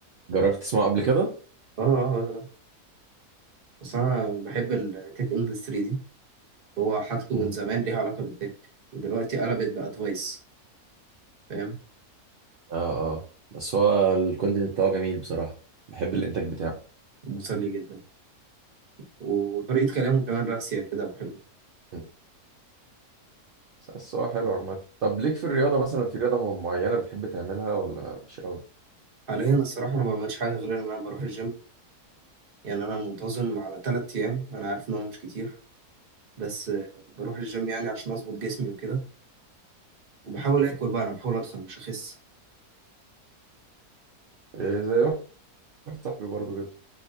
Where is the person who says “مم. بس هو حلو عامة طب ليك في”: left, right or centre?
Right